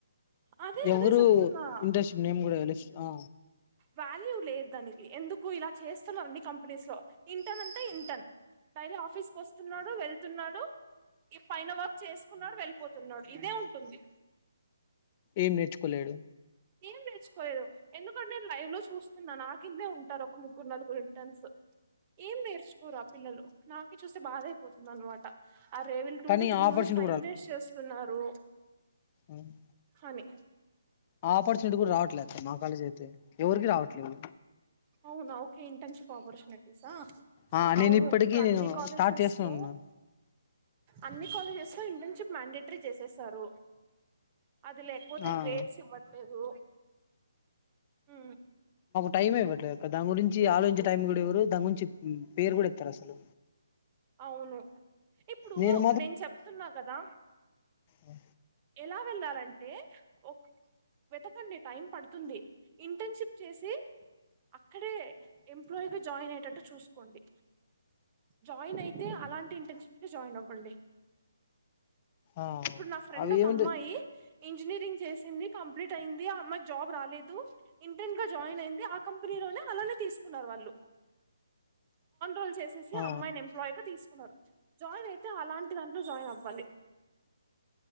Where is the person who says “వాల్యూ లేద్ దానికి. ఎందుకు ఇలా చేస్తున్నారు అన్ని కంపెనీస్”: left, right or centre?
Right